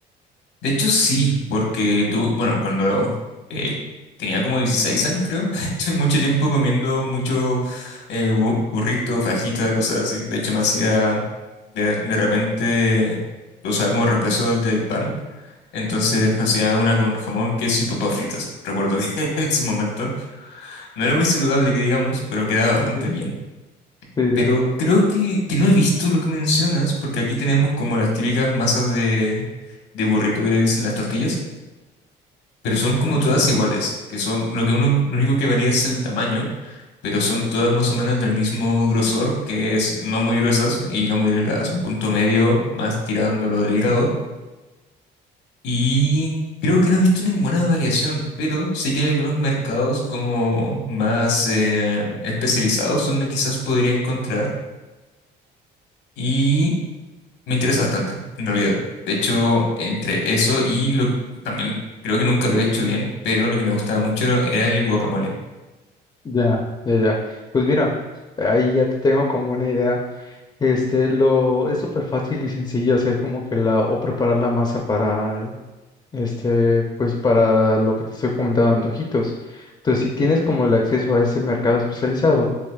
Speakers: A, on the left; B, on the left.
A: De hecho, sí, porque tú, bueno, cuando eh, tenía como 16 años, creo, <laughs> estuve mucho tiempo comiendo mucho eh, bu- burrito, fajita, cosas así. De hecho, me hacía, de, de repente, lo usaba como reemplazo del pan. Entonces me hacía una con jamón, queso y papas fritas. Recuerdo que <laughs> en su momento no era muy saludable, que digamos, pero quedaba bastante
B: Ujú.
A: bien.
B: Sí, sí.
A: Pero creo que, que no he visto lo que mencionas, porque aquí tenemos como las típicas masas de, de burrito que le dicen las tortillas pero son
B: Ujú.
A: como todas iguales, que son, lo que uno, lo único que varía es el tamaño, pero son todas más o menos del mismo grosor, que es no muy gruesas y no muy delgadas, un punto medio más tirándolo delgado. Y creo que no he visto ninguna variación, pero sí que hay algunos mercados como más eh, especializados donde quizás podría encontrar y me interesa bastante, en realidad. De hecho, entre eso y lo también creo que nunca lo he hecho bien, pero lo que me gustaba mucho era el guacamole.
B: Ya, ya, ya. Pues mira, ahí ya te tengo como una idea. Este, lo es súper fácil y sencillo hacer como que la o preparar la masa para el- este, pues para lo que te estoy comentando, antojitos. Entonces, si tienes como el acceso a ese mercado especializado,